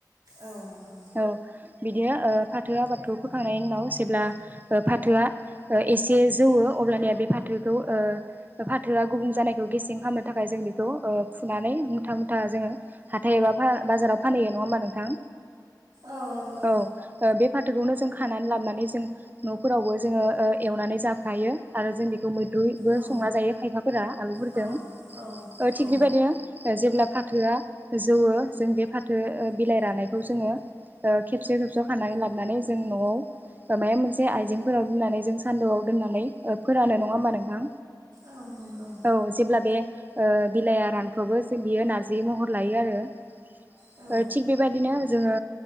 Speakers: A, on the right (about 60°); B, on the right (about 25°).
A: औ नंगौ
B: औ बिदि फाथो आबाथ फोखांनायनि उनाव जेब्ला फाथोआ एसे जौवो अब्लानिया बे फाथोखौ फाथोआ गुबुं जानायखौ गेसें खालामनो थाखाय जों बेखौ फुनानै मुथा मुथा जोङो हाथ। हाथायबा बाजाराव फानहैयो नङा होमबा नोंथां?
A: औ नंगौ
B: औ बे फाथोखौनो जों हानानै लाबोनानै जों न'फोरावबो जोङो एवनानै जाफायो आरो जों बेखौ म ुइबो
A: औ
B: संना जायो खायफाफोरा आलुफोरजों
A: औ औ औ
B: थिग बेबायदि जे‌ फाथोआ जौव जों बे फाथो बिलाइ रानायखौ जोङो खेबसे खेबसेयाव खानानै लाबोनानै जों न'आव माबा मोनसे आइजेंफोराव दोननानै जों सान्दुआव दोननानै, फोरानो नङा होमबा नोंथां?
A: औ नंगौ
B: औ जेब्ला बे बिलाइया रानफ्रावबो जों बियो नारजि महर लायो आरो।
A: औ
B: थिग बेबायदिनो, जोङो